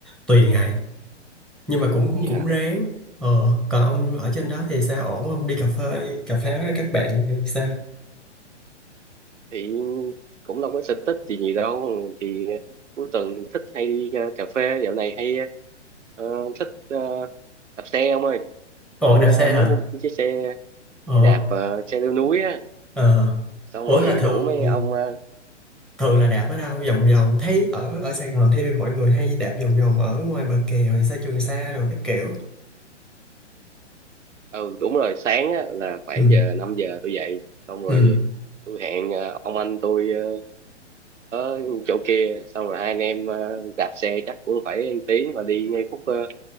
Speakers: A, in the centre; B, on the right (about 85°).
A: tùy ngày nhưng mà cũng
B: vậy
A: cũng
B: hả
A: ráng. Ờ còn ông ở trên đó thì sao ổn không? Đi cà phê cà phê với các bạn thì sao?
B: thì cũng đâu có sở thích gì gì đâu thì cuối tuần thích hay đi ờ, cà phê dạo này hay ờ, thích ờ, đạp xe ông ơi
A: Ồ
B: tôi
A: đạp
B: ờ,
A: xe
B: mới
A: hả?
B: mua cái chiếc xe
A: Ồ
B: xe đạp ờ, xe leo núi á
A: ờ.
B: xong
A: Ủa
B: rồi
A: là thường
B: rủ mấy ông ờ,
A: thường là đạp ở đâu vòng vòng thấy ở ở Sài Gòn thì mọi người hay đạp vòng vòng ở ngoài bờ kè hoặc xa Trường Sa rồi các kiểu
B: ừ đúng rồi sáng á, là khoảng
A: ừ
B: giờ 5 giờ tôi dậy xong rồi
A: ừ
B: tôi hẹn ờ, ông anh tôi ờ, ở chỗ kia xong rồi hai anh em ờ, đạp xe chắc cũng phải một tiếng và đi ngay khúc ờ,